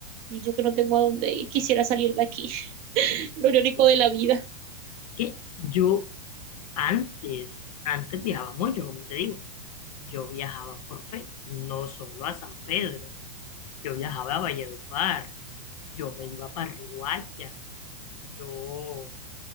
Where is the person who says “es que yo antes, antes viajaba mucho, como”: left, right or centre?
Left